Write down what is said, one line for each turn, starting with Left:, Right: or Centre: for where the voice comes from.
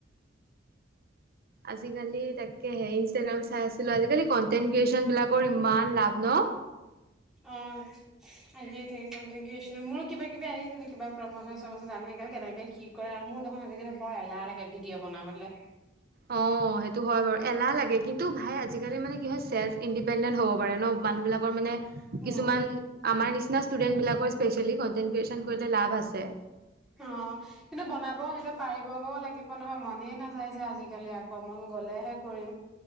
Right: আজিকালি তাকেহে ইনষ্টাগ্ৰাম চাই আছিলো আজিকালি কন্টেন্ট ক্ৰিয়েচন বিলাকৰ ইমান লাভ ন।
Centre: অ আহিয়ে থাকি কণ্টেন ক্ৰিয়েচন। মোৰো কিবা কিবি আহিছিল কিবা প্ৰমচন চমচন জানে কেনেকে কি কৰে আৰু মোৰ দেখোন আজিকালি বৰ এলাহ লাগে ভিডিঅ' বনাবলে।
Right: অ সেইটো হয় বাৰু এলাহ লাগে কিন্তু ভাই আজিকালি মানে কি হয় চেল্ফ ইণ্ডিপেণ্ডেণ্ট হ'ব পাৰে ন‌। মানুহ বিলাকৰ মানে
Centre: উম
Right: কিছুমান আমাৰ নিচিনা নিচ ষ্টুডেট বিকৰ স্পেচিয়েলি কনটেন ক্ৰিয়েচন কৰিলে লাভ আছে।
Centre: অ কিন্তু বনাব সেইটো পাৰিবগও লাগিব নহয় মনেই নাযায় যে আজিকালি আকমন গলেহে কৰিম।